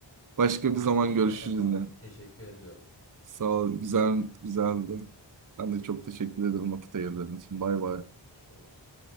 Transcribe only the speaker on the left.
Tamamdır
ama iyi
kafa dağıttık.
Teşekkür ediyorum.
Görüşürüz.